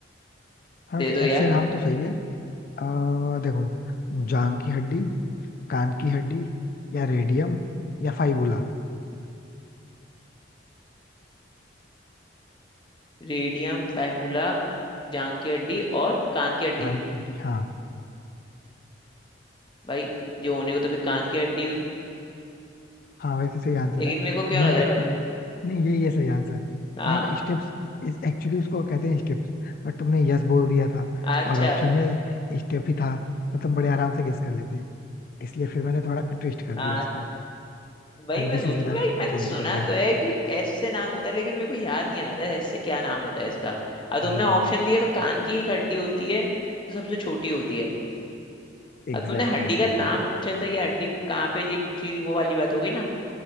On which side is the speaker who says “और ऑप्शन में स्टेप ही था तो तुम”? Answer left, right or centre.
Left